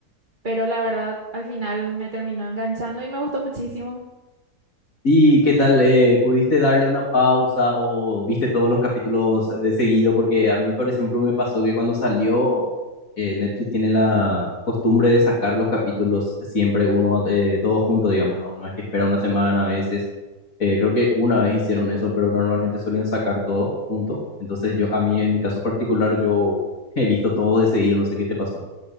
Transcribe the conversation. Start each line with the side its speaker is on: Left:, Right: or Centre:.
Right: pero la verdad al final me terminó enganchando y me gustó muchísimo.
Left: ¿Y qué tal? eh, ¿pudiste darle una pausa o viste todos los capítulos de seguido? Porque a mí, por ejemplo, me pasó que cuando salió, eh, Netflix tiene la costumbre de sacar los capítulos siempre uno, eh, todo junto, digamos, no, no es que espera una semana a veces. eh, creo que una vez hicieron
Right: Sí.
Left: eso, pero normalmente suelen sacar todo junto. Entonces yo, a mí, en mi caso particular, yo <laughs> he visto todo de seguido, no sé qué te pasó.